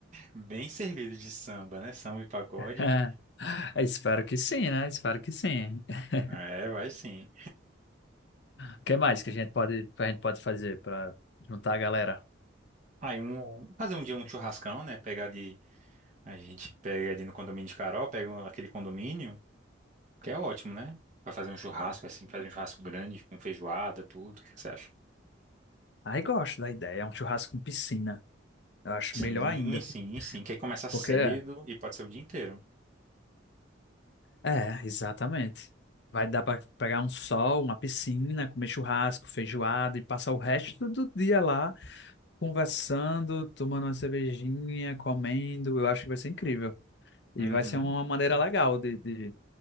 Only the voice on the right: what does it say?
bem servido de samba, né? Samba e pagode.
É, vai sim.
Aí um, fazer um dia um churrascão, né? Pegar ali. A gente pega ali no condomínio de Carol, pega um- aquele condomínio, que é ótimo, né? Pra fazer um churrasco, assim, fazer um churrasco grande, com feijoada, tudo. O que que você acha?
Sim,
sim, sim. Que aí começa cedo
e pode ser o dia inteiro.
Uhum,